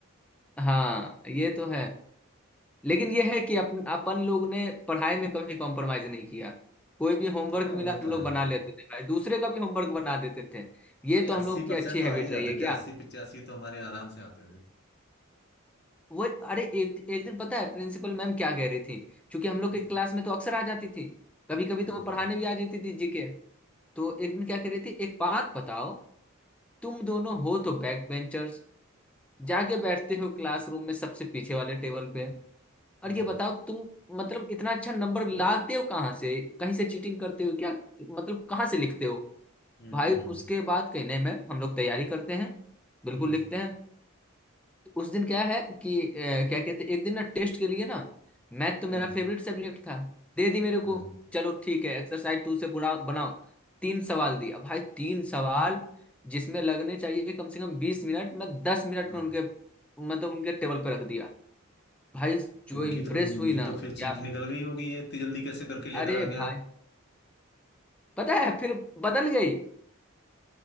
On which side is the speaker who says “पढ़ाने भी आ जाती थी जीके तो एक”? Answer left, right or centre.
Centre